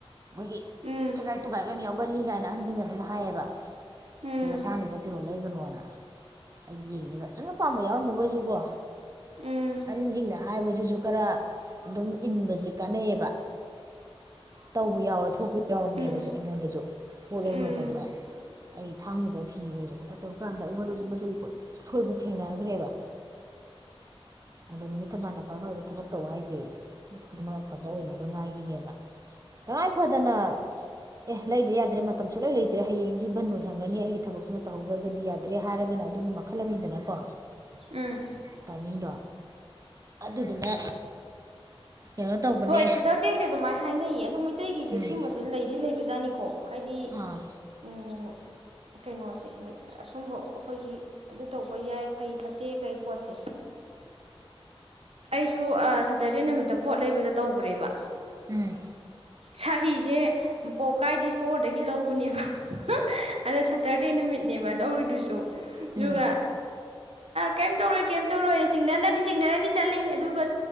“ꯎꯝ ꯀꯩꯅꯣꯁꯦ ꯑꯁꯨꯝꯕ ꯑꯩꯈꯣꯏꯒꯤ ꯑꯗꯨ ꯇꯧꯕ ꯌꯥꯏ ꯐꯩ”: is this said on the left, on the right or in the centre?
Right